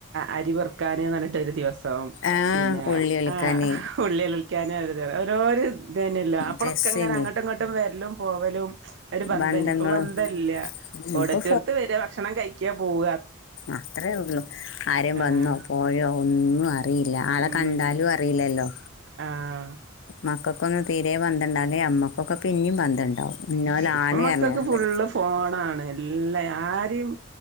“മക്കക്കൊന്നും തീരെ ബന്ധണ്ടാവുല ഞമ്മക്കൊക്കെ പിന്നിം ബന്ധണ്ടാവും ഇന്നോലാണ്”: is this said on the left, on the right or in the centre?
Left